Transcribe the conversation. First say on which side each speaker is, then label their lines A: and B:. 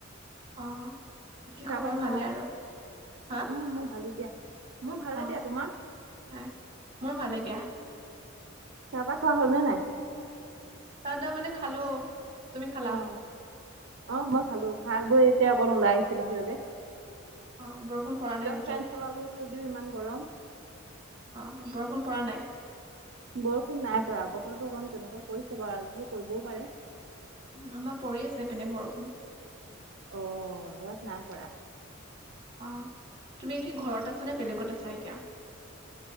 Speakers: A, on the right (about 30°); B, on the right (about 75°).
A: অ। বাকী
B: চাহ
A: খবৰ
B: - তাহ খালা?
A: ভালে আৰু হা
B: উম মোৰ ভালেই দিয়া মোৰ ভালে
A: অ
B: দিয়া, তোমাৰ?
A: হয়, মোৰ ভালে দিয়া।
B: চাহ পা খোৱা হ'লনে নাই?
A: চা দ মানে খালো, তুমি খালা?
B: অ অ মই খালো, খাই বৈ এতিয়া অকণ ওলাই আহিছো বাহিৰলে।
A: অ বৰষুণ পৰা নাই
B: তেওঁ
A: নেকি
B: ফেন চলালো যদিও ইমান গৰম।
A: অ হ বৰষুণ পৰা নাই?
B: বৰষুণ নাই পৰা, বতৰটো অকমান তেনেকুৱা কৰিছে বাৰ আজি পৰিবও পাৰে।
A: উম আমাৰ পৰি আছে ইপিনে বৰষুণ।
B: অ ইয়াত নাই পৰা।
A: অহ, তুমি কি ঘৰত আছা নে বেলেগত আছা এতিয়া?